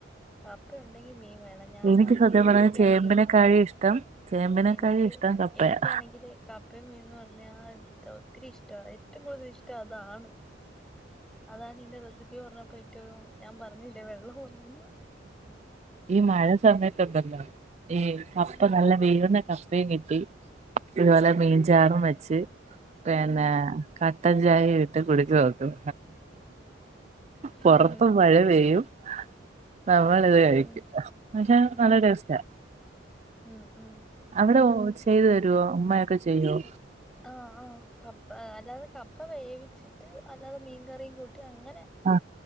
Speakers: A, in the centre; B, on the right.
A: കപ്പ ഉണ്ടെങ്കി മീൻ വേണം ഞാനാണെങ്കിലേ
B: എനിക്ക് സത്യം പറഞ്ഞാ
A: എനിക്കാണെങ്കിലും
B: ചേമ്പിനെക്കാഴും ഇഷ്ടം ചേമ്പിനെക്കാഴും
A: എനിക്ക്
B: ഇഷ്ടം കപ്പയാ
A: എനിക്കാണെങ്കില് കപ്പ ഇപ്പ മീന്ന് പറഞ്ഞ ഒത്തിരി ഇഷ്ട ഏറ്റവും കൂടുതൽ ഇഷ്ടം അതാണ് അതാണ് ഇന്റെ റെസിപ്പി പറഞ്ഞപ്പോ ഏറ്റവും ഞാൻ പറഞ്ഞില്ലേ വെള്ളം ഒന്നൊഎന്ന്
B: ഈ മഴ സമയത്തുണ്ടല്ലോ ഈ
A: ആഹ്
B: കപ്പ നല്ല വേവുന്ന കപ്പ കപ്പയും കിട്ടി ഇപോലെ മീൻചാറും വെച്ച് പിന്നെ
A: ഉം
B: ക കട്ടൻ ചായ ഇട്ട് കുടിച്ചു നോക്കും
A: ഉം
B: പൊറത്ത് മഴ പെയ്യും നമ്മളിത് കഴിക്കും
A: ഉം
B: പക്ഷേ
A: ഉം ഉം
B: നല്ല ടേസ്റ്റാ
A: ഉം ഉം
B: അവിടെ ഹോൾസെയിൽ തരുവോ അമ്മയൊക്കെ ചെയ്യുവോ
A: ആഹ് ആഹ് കപ്പ അല്ലാതെ കപ്പ വേവിച്ചിട്ട് അല്ലാതെ മീൻകറിയും കൂട്ടി അങ്ങനെ
B: ആ